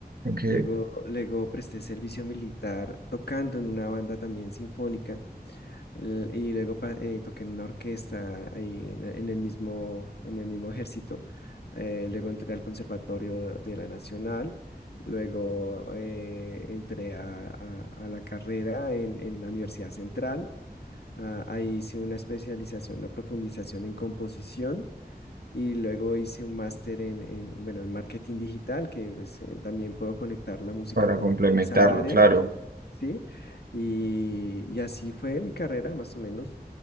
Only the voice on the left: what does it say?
Luego, luego presté servicio militar tocando en una banda también sinfónica L- y luego pa- eh, toqué en una orquesta ahí en, en el mismo, en el mismo ejército. Eh, luego entré al Conservatorio de la Nacional. Luego eh, entré a, a- a la carrera en en la Universidad Central. Ah, ahí hice una especialización, una profundización en composición y luego hice un máster en, en, bueno, en marketing digital, que pues, eh, también puedo conectar la música
con,
con esa área,
¿sí? Y, y así fue mi carrera, más o menos.